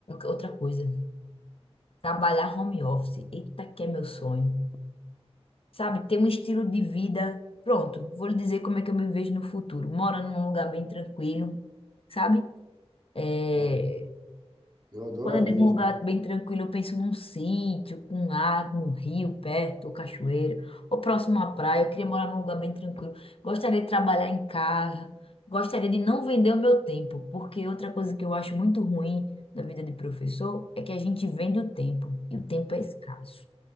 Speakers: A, on the left (about 60°); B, on the right (about 35°).
A: Outra coisa. Trabalhar home office. Eita, que é meu sonho. Sabe, ter um estilo de vida. Pronto, vou lhe dizer como é que eu me vejo no futuro. Morando num lugar bem tranquilo, sabe? É,
B: né? Eu adoraria.
A: Quando eu digo um lugar bem tranquilo, eu penso num sítio, com água, um rio perto, ou cachoeira, ou próximo à praia. Eu queria morar num lugar bem tranquilo. Gostaria de trabalhar em casa. Gostaria de não vender o meu tempo, porque outra coisa que eu acho muito ruim da vida de professor é que a gente vende o tempo, e o tempo é escasso.